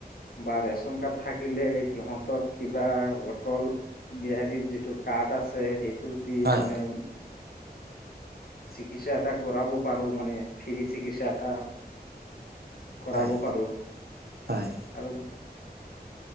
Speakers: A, on the left (about 65°); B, on the right (about 70°).
A: বা ৰেচন কাৰ্ড থাকিলে সিহঁত তক কিবা অটল বিহাৰীৰ যিটো কাৰ্ড আছে সেইটো দি
B: হয়
A: মানে চিকিৎসা এটা কৰাব পাৰো মানে ফ্ৰী চিকিৎসা এটা কৰাব
B: হয়
A: পাৰোঁ
B: হয়
A: আৰু